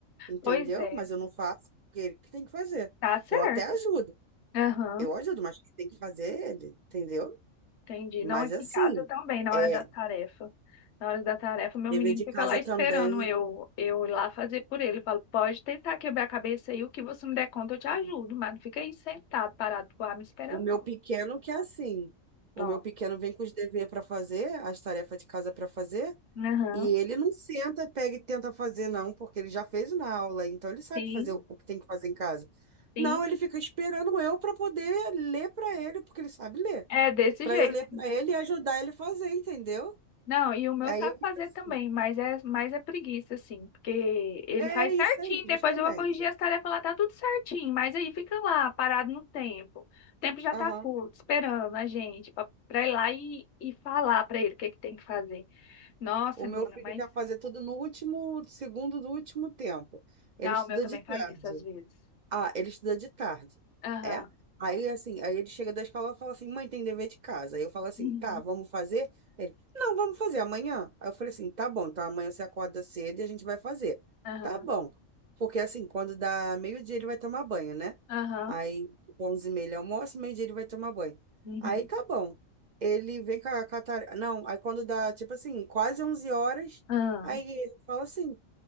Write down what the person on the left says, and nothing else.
Pois é,
tá certo.
Aham,
entendi.
Não aqui
em casa também, na
hora da tarefa. Na hora da tarefa, meu
menino
fica
lá esperando
eu, eu ir lá fazer por ele. Eu falo, pode tentar quebrar a cabeça aí, o que você me der conta, eu te ajudo, mas não fica aí sentado, parado, lá, me esperando,
não.
Não.
Aham.
Sim,
sim.
É desse
jeito.
Não, e o meu
sabe
fazer
também, mas é mais é preguiça, assim, porque ele
faz certinho,
depois
eu vou corrigir as tarefas lá, tá tudo certinho, mas aí fica lá, parado no tempo. O tempo já
tá curto, esperando a gente pra, pra ir lá e, e falar pra ele o que que tem que fazer. Nossa,
menina,
mas.
Ah,
o meu também
faz isso às vezes.
Aham.
Uhum.
Aham.
Aham.
Uhum.
Aham.